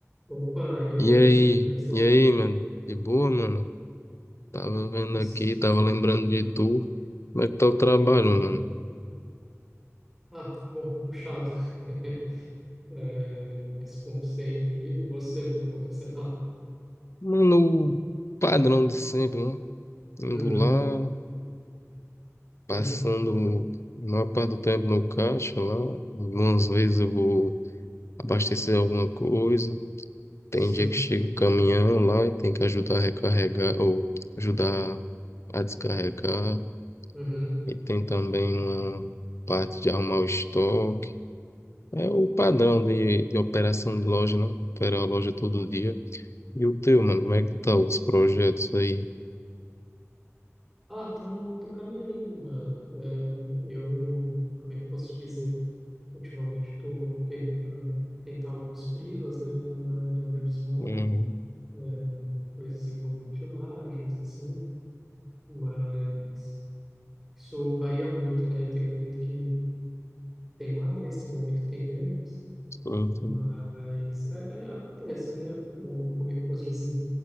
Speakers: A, in the centre; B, on the left (about 60°).
A: Opa, e aí,
B: E
A: meu
B: aí,
A: querido, como é que você
B: e
A: tá?
B: aí, mano? De boa, mano? Tava vendo
A: Tudo... s-
B: aqui, tava lembrando de tu. Como é que tá o trabalho,
A: né?
B: mano?
A: Ah, bom, puxado. <laughs> É, mas como sempre, e e você, mano, como é que você tá?
B: Mano, o padrão de sempre, né? Indo
A: Uhum,
B: lá, passando
A: uhum,
B: a maior parte do tempo no caixa lá. Algumas vezes eu vou abastecer alguma coisa.
A: sim,
B: Tem dia que chega o caminhão lá e tem que ajudar a recarregar ou ajudar a descarregar.
A: uhum.
B: E tem também uma parte de arrumar o estoque. É o padrão de, de operação de loja, né? Operar a loja todo dia. E o teu, mano, como é que tá os projetos aí?
A: Ah, tão, tão caminhando, mano. É, eu, como é que eu posso te dizer? Ultimamente estou pegando para tentar alguns freelas, né, na, na área do audiovisual,
B: Uhum.
A: é, coisas envolvendo filmagens, assim, mas isso varia muito, né? Tem um momento que tem mais, tem um momento que tem menos,
B: tô-
A: mas
B: tô-
A: é- é- acontece, né? Eu, como é que eu posso dizer?